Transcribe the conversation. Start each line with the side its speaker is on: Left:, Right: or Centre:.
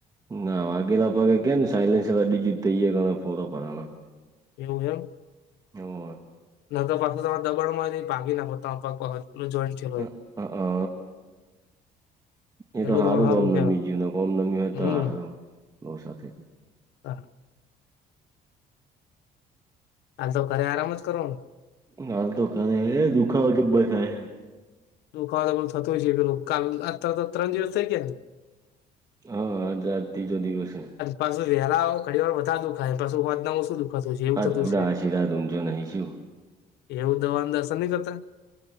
Right: ના વાઘેલા પગે ક ને સાયલન્સજું તૈય કર ફ પોતા પરણ.
Left: એવું એમ
Right: ઓવે
Left: ન તો પાછું ત દબાણમાં ભાગી નાખો ત કઈ. એલો જયન્ટ છે હોય.
Right: અ અ એ
Left: એટલું
Right: તો સારું
Left: તમારે
Right: લોમનમી
Left: કહેવાય
Right: જવ ઓમનમી હોય
Left: હમ
Right: તો સારું લો સાથે.
Left: હા. તાલ તો ઘરે આરામ જ કરો ને.
Right: હાલ તો કરે દુખાવા જબ્બર થાય.
Left: દુખાવા પણ થતો હોય છે પેલું ક અત ત્રણ દિવસ થઈ ગયા ને.
Right: હા આજ આજ ત્રીજો દિવસ છે.
Left: પાછું વહેલા ઘડી વાર વધારે દુખાય એ પાું વાતનામાં શું દુખાતું છે. એવું
Right: અ
Left: થતું
Right: તો પૂડા
Left: છે
Right: આશીર્વાદઊમજો નહીં છું.
Left: એવું દવા દસ ન કરતા.